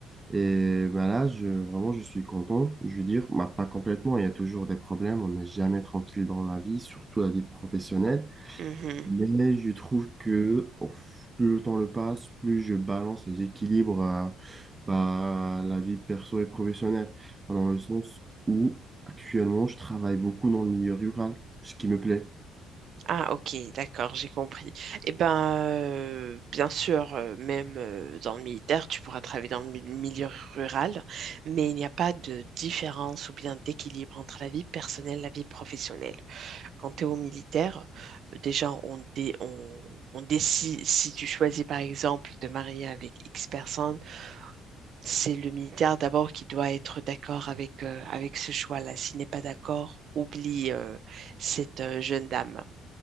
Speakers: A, on the right (about 20°); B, on the right (about 55°).
A: Et bah là, je, vraiment, je suis content. Je veux dire, bah, pas complètement, il y a toujours des problèmes, on n'est jamais tranquille dans la vie, surtout la vie professionnelle.
B: mhm.
A: Mais je trouve que oh, plus le temps le passe, plus je balance et j'équilibre euh, bah, la vie perso et professionnelle. Dans le sens où actuellement je travaille beaucoup dans le milieu rural, ce qui me plaît.
B: Ah, ok, d'accord, j'ai compris. Eh ben, euh, bien sûr, euh, même euh, dans le militaire, tu pourras travailler dans le mi- milieu rural, mais il n'y a pas de différence ou bien d'équilibre entre la vie personnelle et la vie professionnelle. Quand tu es au militaire, euh, déjà, on, dé- on, on décide, si tu choisis par exemple de te marier avec X personnes, c'est le militaire d'abord qui doit être d'accord avec, euh, avec ce choix-là. S'il n'est pas d'accord, oublie euh, cette euh, jeune dame.